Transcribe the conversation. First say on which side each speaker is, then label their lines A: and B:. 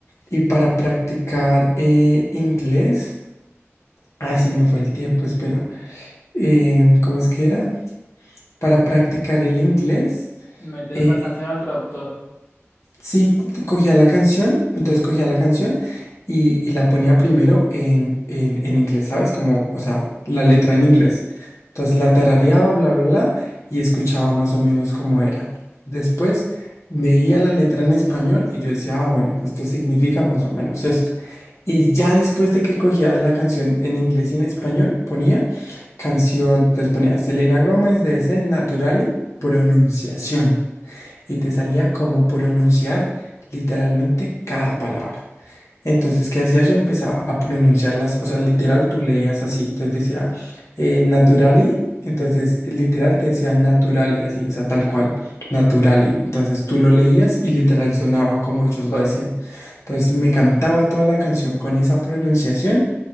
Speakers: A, on the left (about 75°); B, on the left (about 60°).
A: Y para practicar eh, inglés, ay, se me fue el tiempo, espera. Em, ¿cómo es que era? Para practicar el inglés,
B: Metías
A: eh,
B: la canción al traductor.
A: Sí, cogía la canción, entonces cogía la canción y, y la ponía primero en, en, en inglés, ¿sabes? Como, o sea, la letra en inglés. Entonces la tarareaba, bla, bla, bla, y escuchaba más o menos cómo era. Después veía la letra en español y yo decía, ah, bueno, esto significa más o menos esto. Y ya después de que cogía la canción en inglés y en español, ponía canción, entonces ponía Selena Gómez de Zen Naturali, pronunciación y te salía como pronunciar literalmente cada palabra. Entonces, ¿qué hacía yo? Empezaba a pronunciarlas, o sea, literal tú leías así, entonces decía eh, naturally, entonces eh, literal te decía naturally, así, o sea, tal cual, naturally. Entonces tú lo leías y literal sonaba como ellos lo decían. Entonces me cantaba toda la canción con esa pronunciación